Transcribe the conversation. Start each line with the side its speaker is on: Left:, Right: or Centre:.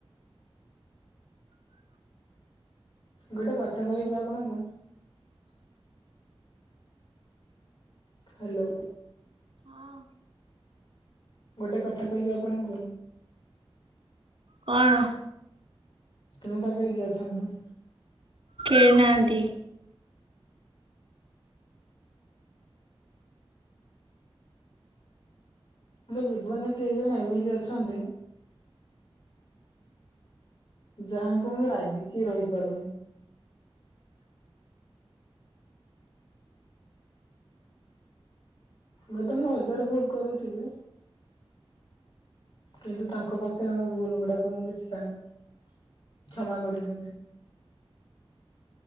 Left: ଗୋଟେ କଥା କହିବି ଆପଣଙ୍କୁ ହେଲୋ।
Right: ହଁ
Left: ଗୋଟେ କଥା କହିବି ଆପଣଙ୍କୁ
Right: କଣ?
Left: ତମେ ପାଖରେ କିଏ ଅଛନ୍ତି।
Right: କେହି ନାହାନ୍ତି।
Left: ମୋ ଜୀବନରେ କେହି ଜଣେ ଏମିତି ଅଛନ୍ତି। ଯାହାଙ୍କୁ ମୁଁ ରାଗିକି ରହିପାରୁନି। ହୁଏ ତ ମୁଁ ହଜାରେ ଭୁଲ କରୁଥିବି। କିନ୍ତୁ ତାଙ୍କ ପାଖରେ ମୋ ଭୁଲ ଗୁଡାକ ମୁଁ କିଛି ଜାଣିନି କ୍ଷମା କରିଦିଅନ୍ତି।